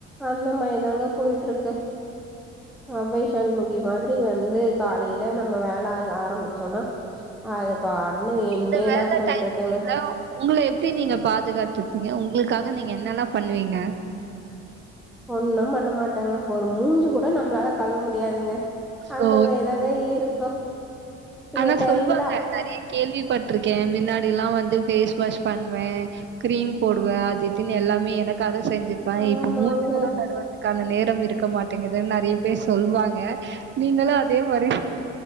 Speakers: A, in the centre; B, on the right.
A: அந்த மாரிதாங்க போயிட்ருக்கு அவ்வை ஷண்முகி மாதிரி வந்து காலையில நம்ம வேல ஆ ஆரம்பி சொன்னா அது பாட்னு எண்டே
B: இந்த வேல
A: இல்லாம போயிட்ருக்குங்க
B: டைமிங்ல உங்கள எப்டி நீங்க பாதுகாத்துப்பீங்க உங்களுக்காக நீங்க என்னெல்லா பண்ணுவீங்க
A: ஒண்ணு பண்ண மாட் டங்க ஒரு மூஞ்சு கூட நம்ளால கழுவ முடியாதுங்க
B: சோ
A: அந்த மாரி தாங்க இருக்கு சில
B: ஆனா
A: டைம்ல
B: சொல்வாங்க நெறைய கேள்வி பட்ருக்கே மின்னாடி எல்லா வந்து ஃபேஸ் வாஷ் பண்வே கிரீம் போடுவே அது இதுன் எல்லாமே எனக்காக செஞ்சுப்பே
A: ஆமாங்க
B: இப்ப மூஞ்சி கூட கழுவ கான நேரம் இருக்க மாட்டேங்கிதுன் நெறைய பேர் சொல்வாங்க நீங்களு அதே மாரி சொ